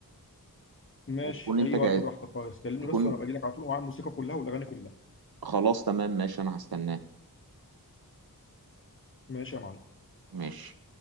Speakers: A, on the left (about 35°); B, on the right (about 80°).
A: ماشي
B: وتكون انت
A: اي
B: جاي
A: وقت براحتك خالص كلمني
B: تكون
A: بس وانا باجي لك على طول ومعايا الموسيقى كلها والاغاني كلها
B: خلاص تمام ماشي انا هستناك
A: ماشي يا معلم
B: ماشي